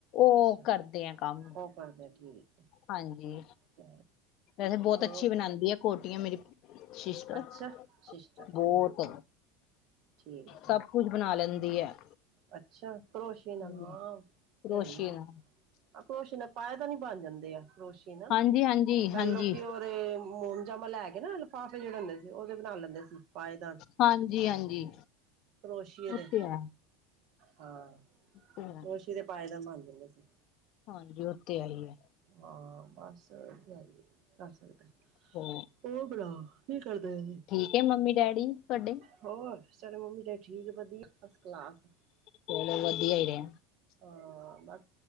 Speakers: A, on the left; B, on the right.
A: ਉਹ
B: ਅੱਛਾ
A: ਕਰਦੇ ਆ ਕੰਮ
B: ਉਹ ਕਰਦੇ ਠੀਕ ਹੈ
A: ਹਾਂਜੀ
B: ਤੇ
A: ਵੈਸੇ ਬਹੁਤ
B: ਹੋਰ
A: ਅੱਛੀ ਬਣਾਉਂਦੀ ਆ ਕੋਟੀਆਂ ਮੇਰੀ ਸਿਸਟਰ
B: ਅੱਛਾ ਸਿਸਟਰ
A: ਬਹੁਤ
B: ਠੀਕ
A: ਹੈ
B: ਠੀਕ ਹੈ
A: ਸਭ ਕੁਝ ਬਣਾ ਲੈਂਦੀ ਹੈ।
B: ਅੱਛਾ ਕਰੋਸ਼ੀਏ ਨਾਲ
A: ਹਮ
B: ਹਾਂ
A: ਕਰੋਸ਼ੀਏ
B: ਤੇ ਹੈਈ
A: ਨਾਲ
B: ਆ ਕਰਰੋਸ਼ੀਏ ਨਾਲ ਪਾਏ ਤਾਂ ਨੀ ਬਣ ਜਾਂਦੇ ਆ ਕਰੋਸ਼ੀ ਨਾਲ
A: ਹਾਂਜੀ ਹਾਂਜੀ
B: ਪਹਿਲ
A: ਹਾਂਜੀ
B: ਲੋਕ ਉਹ ਤੇ ਮੋਮਜਮਾ ਲੈ ਕੇ ਨਾ ਲਿਫਾਫੇ ਜਿਹੜੇ ਹੁੰਦੇ ਸੀ ਉਹਦੇ ਬਣਾ ਲੈਂਦੇ ਸੀ ਪਾਏਦਾਨ
A: ਹਾਂਜੀ ਹਾਂਜੀ
B: ਕਰੋਸ਼ੀਏ
A: ਉਹ
B: ਦੇ
A: ਤੇ ਹੈ
B: ਹਾਂ
A: ਤੇ ਹੈ
B: ਕਰੋਸ਼ੀਏ ਦੇ ਪਾਏਦਾਨ ਬਣ ਜਾਂਦੇ ਸੀ
A: ਹਾਂਜੀ ਉਹ ਤੇ ਹੈ ਈ ਹੈ
B: ਹਾਂ ਬਸ ਇਆ ਕਰ ਸਕਦਾ
A: ਹੋ
B: ਉਹ ਬਣਾਓ ਕੀ ਕਰਦਾ ਇਹਦੇ
A: ਗਏ ਮੰਮੀ ਡੈਡੀ ਤੁਹਾਡੇ।
B: ਹੋਰ ਸਾਡੇ ਮੰਮੀ ਡੇਡੀ ਠੀਕ ਵਧੀਆ ਫਸਟ ਕਲਾਸ।
A: ਚਲੋ ਵਧੀ ਹੀ ਰਹਿਣ
B: ਹਾਂ ਬਸ